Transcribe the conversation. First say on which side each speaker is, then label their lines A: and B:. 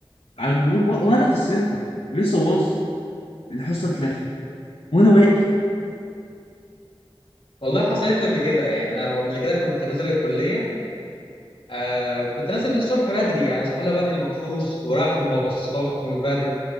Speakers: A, on the left; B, on the left.
A: على الجروب و... وانا في السنتر لسه واصل الحصه اتلغت وانا واقف
B: والله حصلت لي قبل كده يعني انا قبل كده كنت نازل الكليه آه كنت نازل الصبح بدري يعني صاحي لها بدري مخصوص ورايح في المواصلات ومتبهدل